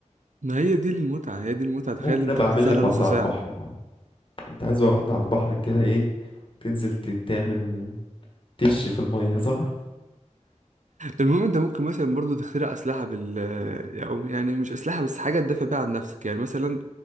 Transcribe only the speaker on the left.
ممكن
ابقى
اعمل لك
واحدة
على البحر يا معلم انت عايز واحدة على البحر كده ايه تنزل ت- تعمل تش في المية صح؟